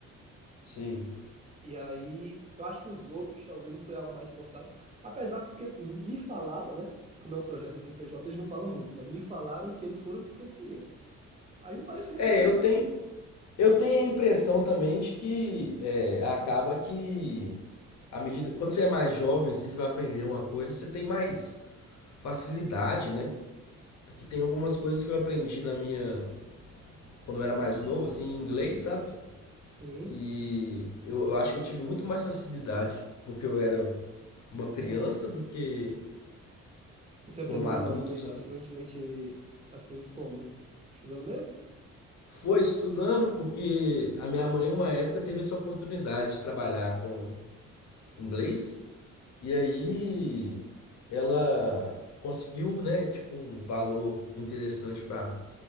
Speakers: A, on the left; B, on the right.
A: Sim.
B: E aí, eu acho que os outros talvez foi algo mais forçado. Apesar porque me falaram, né? Como é um projeto assim, PJ, eles não falam muito, mas me falaram que eles foram porque eles queriam. Mas não parecia
A: É,
B: assim tanto,
A: eu
B: não.
A: tenho, eu tenho a impressão também de que é, acaba que à medida, quando você é mais jovem, assim, você vai aprender uma coisa, você tem mais facilidade, né? Porque tem algumas coisas que eu aprendi na minha, quando eu era mais novo, assim, em inglês, sabe?
B: Sim.
A: E eu, eu acho que eu tive muito mais facilidade porque eu era uma criança
B: Você,
A: do que
B: você aprendeu
A: como adulto,
B: a falar inglês
A: sabe?
B: fluentemente assim como? Estudando mesmo?
A: Foi estudando porque a minha mãe, uma época, teve essa oportunidade de trabalhar com inglês e aí ela conseguiu, né, tipo, um valor interessante para